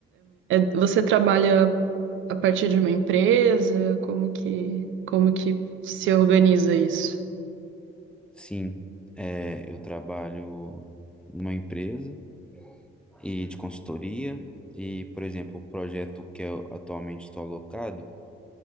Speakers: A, on the right; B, in the centre.
A: você trabalha a partir de uma empresa? Como que, como que se organiza isso?
B: Sim, é, eu trabalho numa empresa e de consultoria e, por exemplo, o projeto que eu atualmente estou alocado,